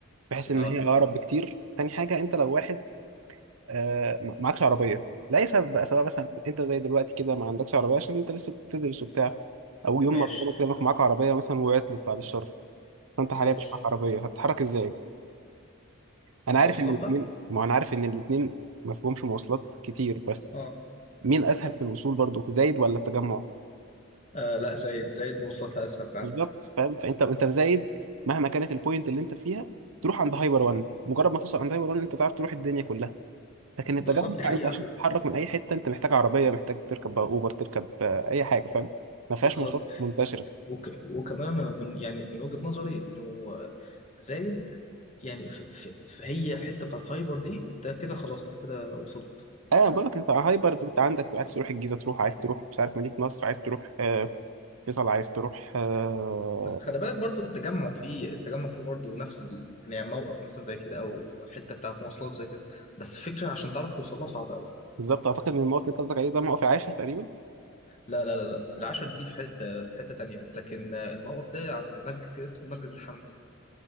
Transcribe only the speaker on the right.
بحس ان
هي اقرب بكتير تاني حاجه انت لو واحد آه ما- معكش عربيه لاي سبب بقى سواء مثلا انت زي دلوقتي كده ما عندكش عربيه عشان انت لسه بتدرس وبتاع او يوم
ما ربنا يكرمك معاك عربيه مثلا وعطلت بعد الشر فانت
حاليا مش معاك عربيه هتتحرك ازاي انا عارف
ان الاثنين
ما انا عارف ان الاثنين ما فيهمش مواصلات كتير بس
مين اسهل في الوصول برضو في زايد ولا التجمع
بالظبط فاهم فانت انت في زايد مهما كانت البوينت اللي انت فيها تروح عند هايبر وان مجرد ما توصل عند هايبر وان انت تعرف تروح الدنيا كلها لكن التجمع
انت عشان
تتحرك من اي حته انت محتاج عربيه محتاج تركب بقى اوبر تركب آه، اي حاجه فاهم ما
فيهاش مواصلات منتشره
ايوه
بقول لك انت على هايبر انت عندك عايز تروح الجيزه تروح عايز تروح مش عارف مدينه نصر عايز تروح آه، فيصل عايز تروح آه،
بالظبط اعتقد ان الموقف اللي انت قصدك عليه ده موقف العاشر تقريبا